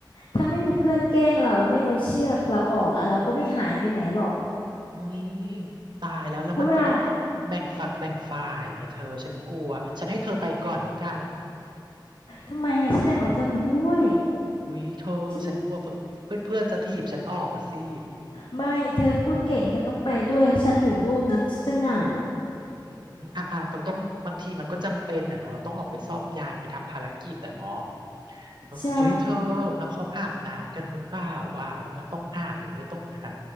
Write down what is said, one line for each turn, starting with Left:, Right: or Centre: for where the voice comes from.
Left: ถ้าไม่มีเพื่อนแกล้งเราไม่เอาเชือกเราออกอ่ะเราก็ไม่หายไปไหนหรอก
Right: นี่ตายแล้วแล้วมันก็ต้องมีแบ่งฝักแบ่งฝ่ายไงเธอฉันกลัวฉันให้เธอไปก่อนแล้วกัน
Left: เพราะเวลาทำไมอะฉันอยากเอาเธอไปด้วย
Right: อุ้ยเธอฉันกลัวเพื่อนเพื่อนๆจะถีบฉันออกอะสิ
Left: ฉัน ไม่เธอพูดเก่งเธอต้องไปด้วยถ้าฉันอยู่นู่นนะฉันจะเหงา
Right: อืมอ่ะอ่ะเราต้องบางทีมันก็จำเป็นอ่ะเนาะเราต้องออกไปซ่อมยานไปทำภารกิจแต่เนาะเออเฮ้ยเธอแล้วเขาอาบน้ำกันหรือเปล่าว่ะแล้วมันต้องอาบหรือไม่ต้องอาบ
Left: ใช่